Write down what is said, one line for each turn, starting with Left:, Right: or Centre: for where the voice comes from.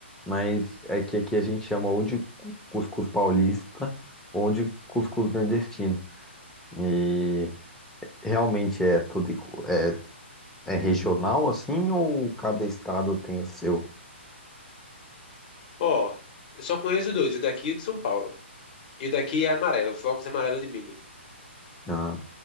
Centre: mas é que aqui a gente chama ou de cu- cuscuz paulista ou de cuscuz nordestino. E realmente é tudo igu- é, é regional assim ou cada estado tem o seu?
Left: Ó, eu só conheço dois, o daqui e o de São Paulo. E o daqui é amarelo, flocos é amarelo de milho.
Centre: Ah,